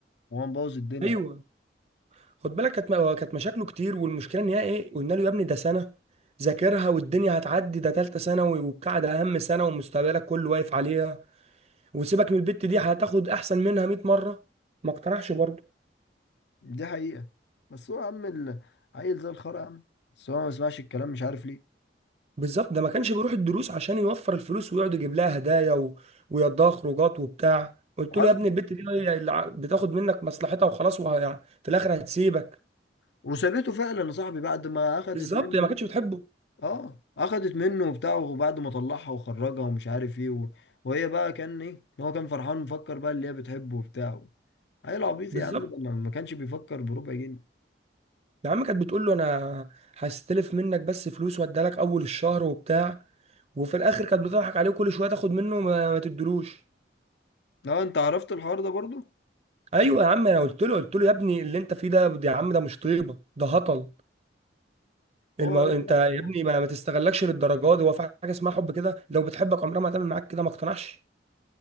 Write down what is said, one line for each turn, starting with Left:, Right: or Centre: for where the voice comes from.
Left: وهو مبوظ الدنيا
Right: ايوه خد بالك كانت هو كانت مشاكله كتير والمشكله ان هي ايه قلنا له يا ابني ده سنه ذاكرها والدنيا هتعدي ده ثالثه ثانوي وبتاع ده اهم سنه ومستقبلك كله واقف عليها وسيبك من البت دي هتاخد احسن منها 100 مره ما اقتنعش برضه
Left: دي حقيقة بس هو يا عم ال- عيل زي الخرا يا عم بس هو ما بيسمعش الكلام مش عارف ليه
Right: بالظبط ده ما كانش بيروح الدروس عشان يوفر الفلوس ويقعد يجيب لها هدايا و... ويقضيها خروجات وبتاع قلت
Left: عز...
Right: له يا ابني البت دي هي اللي ع- بتاخد منك مصلحتها وخلاص وه... يعني في الاخر هتسيبك
Left: وسابته فعلا يا صاحبي بعد ما اخدت
Right: بالظبط
Left: منه
Right: هي ما كانتش بتحبه
Left: اه اخدت منه وبتاع وبعد ما طلعها وخرجها ومش عارف ايه و... وهي بقى كان ايه هو كان فرحان مفكر بقى اللي هي بتحبه وبتاع عيل عبيط
Right: بالظبط
Left: يا عم ده ما ما كانش بيفكر بربع جنيه
Right: يا عم كانت بتقول له انا هستلف منك بس فلوس واديها لك اول الشهر وبتاع وفي الاخر كانت بتضحك عليه وكل شويه تاخد منه ما, ما تدلوش
Left: لا انت عرفت الحوار ده برضو
Right: ايوه يا عم انا قلت له قلت له يا ابني اللي انت فيه ده يا عم ده مش طيبه ده هطل
Left: هو
Right: المو...
Left: لا
Right: انت
Left: لا
Right: يا
Left: هو
Right: ابني ما, ما تستغلكش للدرجه دي هو في حاجه اسمها حب كده لو بتحبك عمرها ما هتعمل معاك كده ما اقتنعش